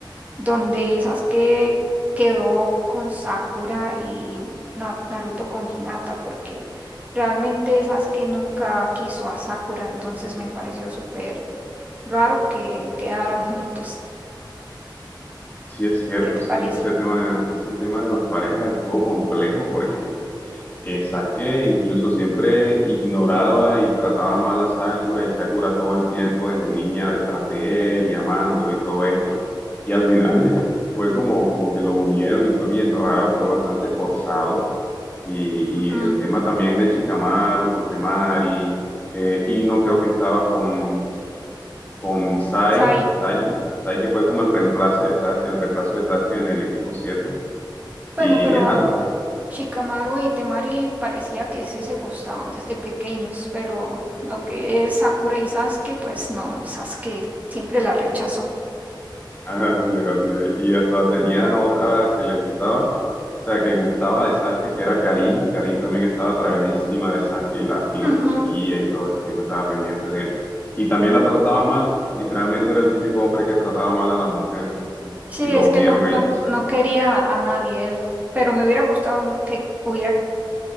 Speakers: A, on the right (about 20°); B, on the left (about 20°).
A: donde Sasuke quedó con Sakura y Na- Naruto con Hinata, porque realmente Sasuke nunca quiso a Sakura, entonces me pareció súper raro que quedaran juntos.
B: Sí, es cierto,
A: ¿Qué te
B: cierto.
A: parece?
B: Ese tema, ese tema de las parejas estuvo complejo porque Eh, Sasuke incluso siempre ignoraba y trataba mal a Sakura y Sakura todo el tiempo desde niña detrás de él y amándolo y todo esto. Y al final <laughs> fue como, como que los unieron y fue bien raro, fue bastante forzado. Y,
A: Ujú,
B: y el tema también de Shikamaru con Temari, eh, Ino creo que estaba con, con Sai,
A: Sai.
B: Sai, Sai que fue como el reemplazo de Sa- el reemplazo de Sasuke en el equipo siete Y,
A: Bueno, pero
B: y ajá, no,
A: Shikamaru y Temari parecía que sí se gustaban desde pequeños, pero lo que es Sakura y Sasuke, pues no, Sasuke siempre la rechazó.
B: Así es, así es. Y hasta tenía otra que le gustaba, o sea, que gustaba de Sasuke, que era Karim. Karim también estaba tragadísima de Sasuke y, la, y lo
A: Ujú.
B: perseguía y todo este tiempo estaba pendiente de él. Y también la trataba mal, literalmente era el típico hombre que trataba mal a las mujeres. Y,
A: Sí,
B: y lo
A: es
B: unieron
A: que él no,
B: ahí
A: no,
B: con Sakura.
A: no quería a nadie él, pero me hubiera gustado que hubiera quedado